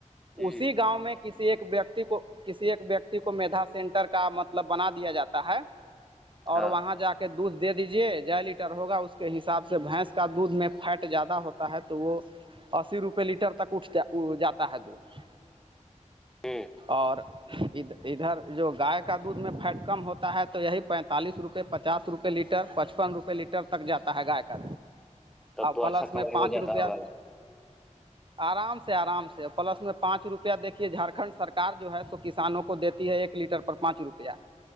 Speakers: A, in the centre; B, on the right.
A: ہوں
B: اسی گاؤں میں کسی ایک ویکتی کو کسی ایک ویکتی کو میھا سینٹر کا مطلب بنا دیا جاتا ہے اور
A: ہاں
B: وہاں جا کے کے دودھ دے دیجے جیا لیٹر ہوگا اس کے حساب سے بھینس کا دودھ میں فیٹ زیادہ ہوتا ہے تو وہ اسی روپئے لیٹر تک اٹھتا جاتا ہے دودھ
A: ایک
B: اور ادھر جو گائے کا دودھ میں فیٹ کم ہوتا ہے تو یہی پینتالیس روپئے پچاس دس روپئے لیٹر پچپن روپئے لیٹر تک جاتا ہے گائے کا
A: تب
B: اور
A: تو
B: پلس
A: اچھا
B: میں
A: کمائی
B: پانچ
A: ہو جاتا
B: روپیہ
A: ہوگا
B: آرام سے آرام سے پلس میں پانچ روپیہ دیکھیے جھارکھنڈ سرکار جو ہے سو کسانوں کو دیتی ہے ایک لیٹر پر پانچ روپیہ ہ